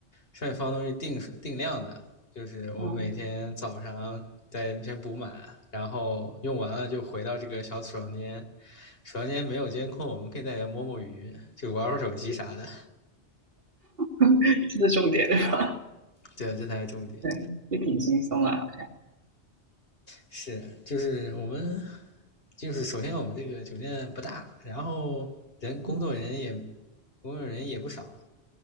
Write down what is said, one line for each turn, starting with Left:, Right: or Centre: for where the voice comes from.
Left: 上面放东西定定量的，就是我们每天早上在那边补满，
Right: 嗯。
Left: 然后用完了就回到这个小储藏间。房间没有监控，我们可以在里面摸摸鱼，就玩会手机啥的。
Right: <laughs> 这是重点对吧？
Left: 对啊，这才是重点。
Right: 对，也挺轻松的，好像。
Left: 是，就是我们，就是首先我们这个酒店不大，然后人工作人也
Right: <laughs>
Left: 工作人也不少，